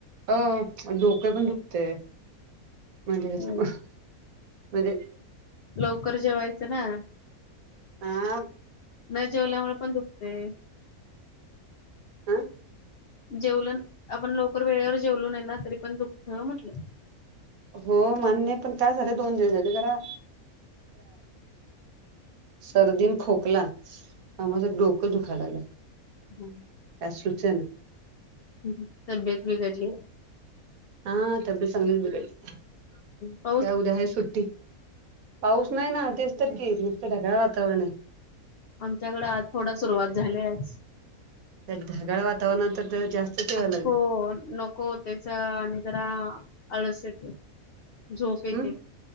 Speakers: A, on the right; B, on the left.
A: अ डोके पण दुखते म्हणजे ह्याच्या
B: हो
A: म्हणजे.
B: लवकर जेवायचं ना.
A: हा.
B: न जेवल्यामुळे पण दुखतेय.
A: आह.
B: जेवलं आपण लवकर वेळेवर जेवलो नाही ना तरी पण दुःख म्हटलं.
A: हो मान्य पण काय झाले दोन दिवस झाले जरा. सर्दीन खोकला माझं डोक दुखायला लागलं
B: हम्म
A: त्या शूच ना
B: हम् तब्येत बीघली
A: हा तबल संांली बिघडली
B: ह
A: ते काय उद्या आहे सुट्टी पाऊस नाही ना तेच तर के ढगाळ वातावरण आहे
B: आमच्याकडें आज थोडा सुरुवात झाले आज
A: तर ढगाळ वातावरण तरर जास्तचेवा लागत
B: हो नको त्याचा आणि जरा अळस येत झोप येते
A: हम्